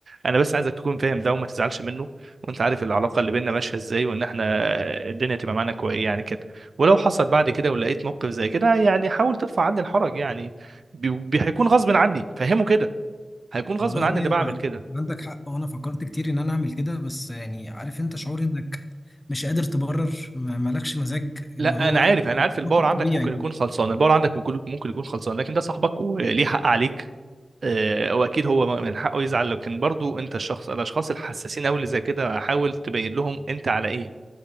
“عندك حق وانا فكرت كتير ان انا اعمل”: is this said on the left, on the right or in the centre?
Left